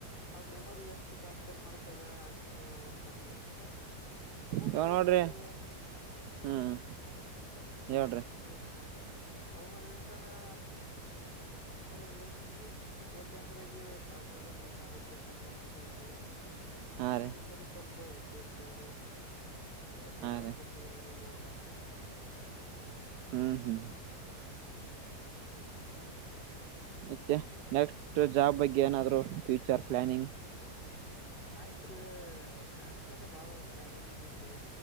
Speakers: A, on the left; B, on the right.
A: ಅವ್ರ್ ಮೆಮೊರಿ ಎಷ್ಟ್ ಕ್ಯಾಪ್ಚರ್ ಮಾಡ್ತದ ಅಷ್ಟು ಓದ್ತಾರೀ. ಒಬ್ಬೊಬ್ಬರ್
B: ಇವ
A: ಇರ್ತಾರೀ.
B: ನೋಡ್ರಿ ಹ್ಮ್ ಹೇಳ್ರಿ.
A: ಎಸ್ ಅವ್ವರ್ ಇರ್ತಾರಾ. ಆದ್ರೆ ಎಷ್ಟ್ ಬಿ ಓದ್ಂದ್ರೆ ಬಿ ಸಾಕಾಗಲ್ರಿ ನಾವ್ ಓದ್ಬೇಕಂತ ಅನಿಸ್ತೈತ್ ತ್ರಿ
B: ಹಾ
A: ಅವ್ರ್
B: ರೀ
A: ಮೆಮೊರಿ ಸ್ವಲ್ಪಾ ಹೆಚ್ ಇರ್ತದ್ರಿ. ಅದೇ ಡಿಫ್ರೆನ್ಸ್
B: ಹಾ ರೀ
A: ಇರ್ತದ್ರಿ ಒಬೊಬರ್ ಮನ್ಷ್ಯ ಒಂದ್
B: ಹ್ಮ್ ಹ್ಮ.
A: <inaudible>
B: ಮೆತ್ಯ ನೆಕ್ಸ್ಟ್ ಜಾಬ್ ಬಗ್ಗೆ ಏನಾದ್ರು ಫ್ಯೂಚರ್ ಪ್ಲಾನಿಂಗ್.
A: ಆಯ್ತ್ರಿ ಸೈನ್ಸ್ ಮೇಲೆ ಬಾಳ ಪ್ಲಾನಿಂಗ್ ಬಿದಿತ್ರಿ.